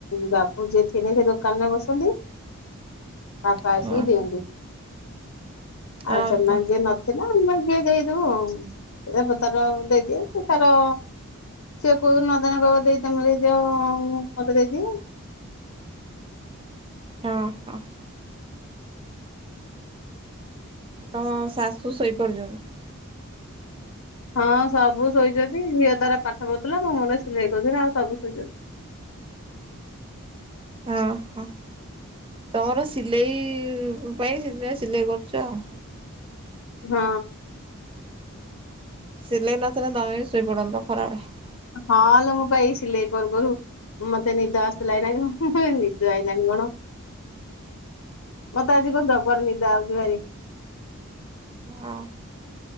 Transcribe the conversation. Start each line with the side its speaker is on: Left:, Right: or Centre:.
Left: ବାବୁ ଯିଏ ଥିନେ ସେ ଦୋ କାନରେ ବସନ୍ତି।
Right: <inaudible>
Left: ବାପା ଆସିକି
Right: ଓହୋ
Left: ଦିଅନ୍ତି। ଆଉ
Right: ଓହୋ।
Left: ସେନ ଯିଏ ନ ଥିନେ ଆମେ ଯିଏ ଦେଇଦଉ ଆଉ, ରେବ ତାର ଦେଇଦିଏ ସିଏ ତାର ସିଏ କୋଉଦିନ ନଦେନେ କଇବ ଦେଇ ତେମେ ଦେଇଦିଅ ମତେ ଦେଇଦିଅ।
Right: ହଁ-ହଁ। ତମ ଶାଶୁ ଶୋଇପଡିଚନ୍ତି?
Left: ହଁ ସବୁ ଶୋଇଚନ୍ତି, ଝିଅ ତାର ପାଠ ପଢ଼ୁଥିଲା ମୁଁ ମୋର ସିଲେଇ <unintelligible> ଆଉ ସବୁ ଶୋଇଚନ୍ତି।
Right: ହଁ-ହଁ ତମର ସିଲେଇ ପାଇଁ ସେଥିପାଇଁ ସିଲେଇ କରୁଚ ଆଉ।
Left: ହଁ।
Right: ସିଲେଇ ନଥିଲେ ତମେ ବି ଶୋଇପଡନ୍ତ ଖରାବେଳେ।
Left: ହଁ ଲୋ ମୁଁ ପା ଏଇ ସିଲେଇ କରୁ-କରୁ ମତେ ନିଦ ଆସଥିଲା ଏଇନା <unintelligible> ନିଦ ଆଇଲାଣି କଣ। ମତେ ଆଜି କଣ ଜବର ନିଦ ଆଉଚି ଭାରି।
Right: ହଁ।